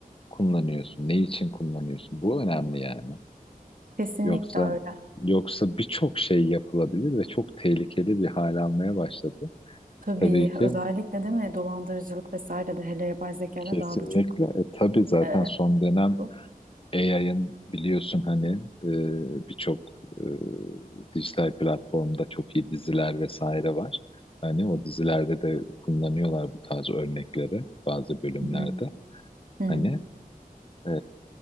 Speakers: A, on the left; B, on the right.
A: kullanıyorsun, ne için kullanıyorsun? Bu önemli yani.
B: Kesinlikle
A: Yoksa
B: öyle.
A: yoksa birçok şey yapılabilir ve çok tehlikeli bir hal almaya başladı.
B: Tabii
A: Tabii ki
B: özellikle değil mi dolandırıcılık vesaire de hele yapay zeka
A: kesinlikle.
B: ile daha da çok
A: E, tabii zaten
B: e,
A: son dönem
B: bu.
A: AI'ın biliyorsun hani e, birçok e, dijital platformda çok iyi diziler vesaire var. Hani o dizilerde de kullanıyorlar bu tarz örnekleri bazı bölümlerde.
B: Hı hı. Hı hı.
A: Hani Ee,